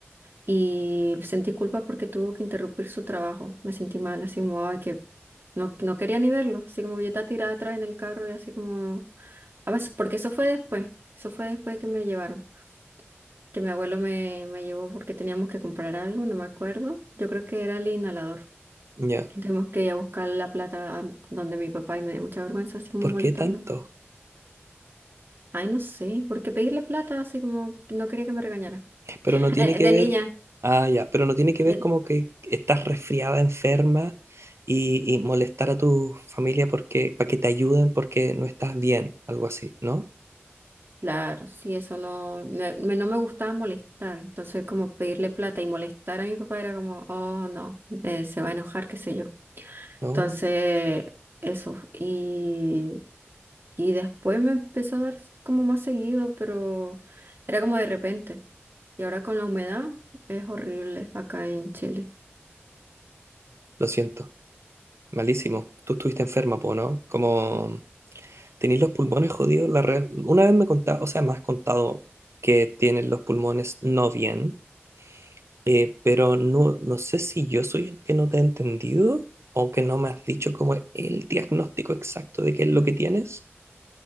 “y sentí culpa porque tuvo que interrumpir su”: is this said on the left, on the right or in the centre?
Right